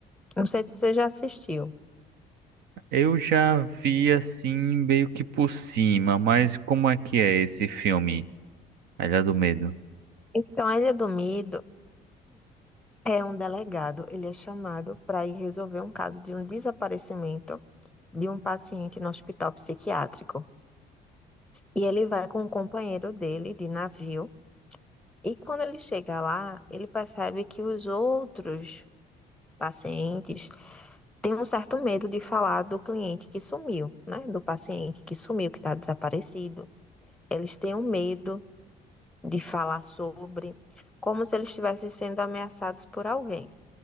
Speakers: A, in the centre; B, on the right (about 75°).
A: Não sei se você já assistiu.
B: Eu já vi assim meio que por cima, mas como é que é esse filme? A Ilha do Medo.
A: Então, a Ilha do Medo É um delegado, ele é chamado para ir resolver um caso de um desaparecimento de um paciente no hospital psiquiátrico. E ele vai com um companheiro dele de navio. E quando ele chega lá, ele percebe que os outros pacientes têm um certo medo de falar do cliente que sumiu, né? Do paciente que sumiu, que está desaparecido. Eles têm um medo de falar sobre, como se eles estivessem sendo ameaçados por alguém.